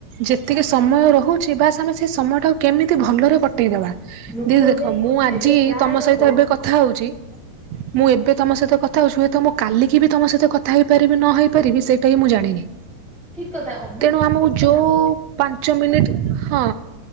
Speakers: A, on the right (about 75°); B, in the centre.
A: ଯେତିକି ସମୟ ରହୁଛି ବାସ୍ ଆମେ ସେ ସମୟ ଟାକୁ କେମିତି ଭଲରେ କଟେଇଦବା।
B: ଲୋକ
A: ଦିଦି
B: ଏବେ
A: ଦେଖ ମୁଁ ଆଜି
B: ଏବେ ପ୍ରାୟ
A: ତମ
B: ଲୋକ
A: ସହିତ ଏବେ କଥା ହଉଛି। ମୁଁ ଏବେ ତମ ସହିତ କଥା ହଉଛି ହୁଏତ ମୁଁ କାଲିକି ବି ତମ ସହିତ କଥା ହେଇପାରିବି ନ ହେଇପାରିବି ସେଇଟା ହିଁ ମୁଁ ଜାଣିନି।
B: ଠିକ୍ କଥା ଅ
A: ତେଣୁ ଆମକୁ ଯୋଉ ପାଞ୍ଚ ମିନିଟ୍। ହଁ